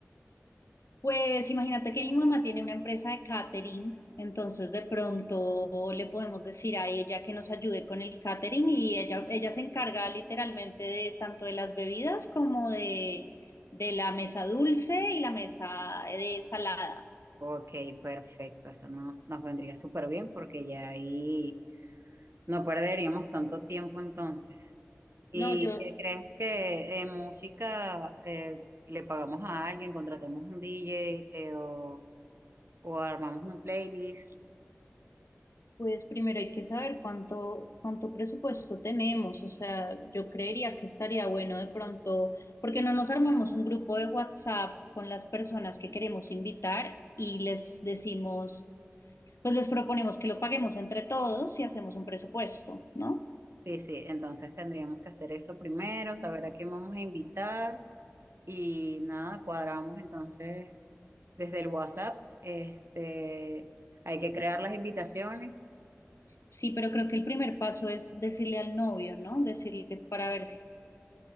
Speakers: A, on the left; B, on the right.
A: Pues imagínate que mi mamá tiene una empresa de catering, entonces de pronto le podemos decir a ella que nos ayude con el catering y ella, ella se encarga literalmente de tanto de las bebidas como de, de la mesa dulce y la mesa de salada.
B: Ok, perfecto, eso nos, nos vendría súper bien porque ya ahí no perderíamos tanto tiempo entonces. ¿Y
A: No, yo,
B: qué crees que en música eh, le pagamos a alguien, contratamos un DJ eh, o, o armamos un playlist?
A: Pues primero hay que saber cuánto, cuánto presupuesto tenemos, o sea, yo creería que estaría bueno de pronto, porque no nos armamos un grupo de WhatsApp con las personas que queremos invitar y les decimos, pues les proponemos que lo paguemos entre todos y hacemos un presupuesto, ¿no?
B: Sí, sí, entonces tendríamos que hacer eso primero, saber a quién vamos a invitar y nada, cuadramos entonces desde el WhatsApp, este, hay que crear las invitaciones,
A: Sí, pero creo que el primer paso es decirle al novio, ¿no? Decirle para ver si